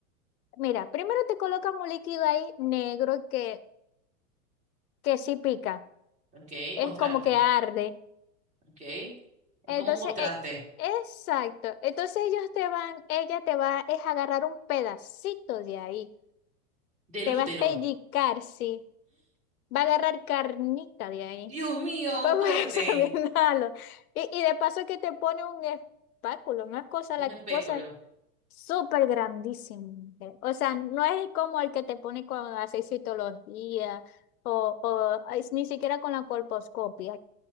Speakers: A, on the left; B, on the right.
A: Mira, primero te colocan un líquido ahí negro que, que sí pica,
B: Ok,
A: es
B: contraste.
A: como que arde.
B: Ok. Es
A: Entonces,
B: como un contraste
A: eh, exacto. Entonces ellos te van, ella te va es a agarrar un pedacito de ahí,
B: del
A: te
B: útero.
A: va a pellizcar, sí, va a agarrar carnita de ahí.
B: Dios mío,
A: Vamos
B: un corte.
A: a Bienalo. <laughs> Y, y de paso que te pone un espáculo, una cosa,
B: Un
A: la
B: espéculo.
A: cosa súper grandísima. O sea, no es como el que te pone con la citología o, o es ni siquiera con la colposcopia,